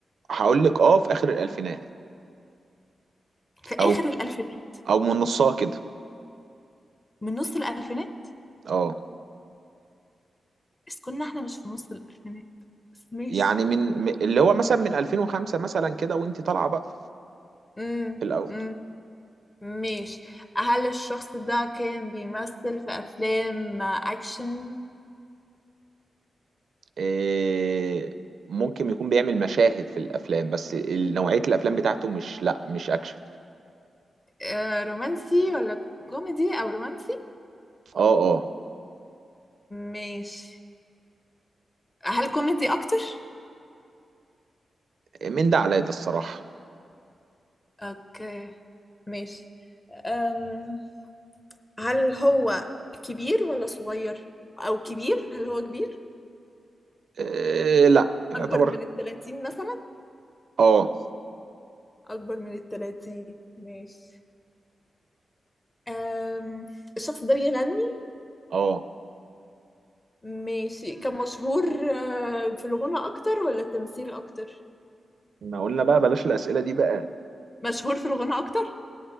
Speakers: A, on the right (about 70°); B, on the left (about 20°).
A: هقول لك اه في اخر الالفينات
B: في آخر
A: او
B: الألفينات
A: او من نصها كده
B: من نص الألفينات
A: اه
B: بس كنا احنا مش في نص الألفينات بس ماشي
A: يعني من م- اللي هو مثلا من 2005 مثلا كده وانت طالعه بقى
B: امم
A: في الاول
B: ماشي هل الشخص ده كان بيمثل في أفلام أكشن
A: إيه ممكن يكون بيعمل مشاهد في الافلام بس ال- نوعيه الافلام بتاعته مش لا مش اكشن
B: آه، رومانسي ولا كوميدي أو رومانسي؟
A: اه اه
B: ماشي هل كوميدي أكتر؟
A: من ده على ده الصراحه
B: أوكي ماشي أم... هل هو كبير ولا صغير؟ أو كبير؟ هل هو كبير؟
A: إيه لا يعتبر
B: أكبر من التلاتين مثلا؟
A: اه
B: أكبر من التلاتين ماشي أم... الشخص ده بيغني؟
A: اه
B: ماشي كان مشهور آه، في الغنى أكتر ولا التمثيل أكتر؟
A: ما قلنا بقى بلاش الاسئله دي بقى
B: مشهور في الغنى اكتر